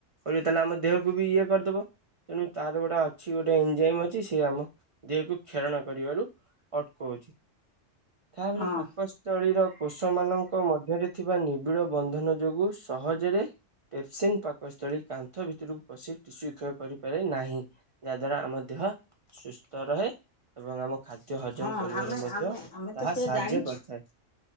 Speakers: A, on the right (about 50°); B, on the left (about 40°).
A: କରିବ ତାହେଲେ ଆମ ଦେହକୁ ବି ଇଏ କରିଦବ ତେଣୁ ତାର ଗୋଟେ ଅଛି ଗୋଟେ ଏଞଜାଇମ ଅଛି ସେି ଆମ ଦେହକୁ ଖେଳଣ କରିବାରୁ ଅଟକଉଛି। ତାପରେ
B: ହଁ।
A: ପାକସ୍ଥଳୀର କୃଷ ମଙ୍କ ମଧ୍ୟରେ ଥିବା ନିବ ଳ ବନ୍ଧନ ଯୋଗୁଁ ସହଜରେ ପେପସିନ୍ ପାକସ୍ଥଳୀ କାନ୍ଥ ଭିତରକୁ ପଶି ଟିସୁ କ୍ଷୟ କରିପାରେ ନାହିଁ ଯାହାଦ୍ୱାରା ଆମ ଦେହ ସୁସ୍ଥ ରହେ ଏବଂ ଆମ ଖାଦ୍ୟ ହଜମ
B: ହଁ
A: କରିବାରେ
B: ଆମେ
A: ମଧ୍ୟ
B: ଆମେ ଆମେ
A: ତାହା
B: ତ ସେ
A: ସାହାଯ୍ୟ
B: ଜାଣିଛୁ
A: କରିଥାଏ।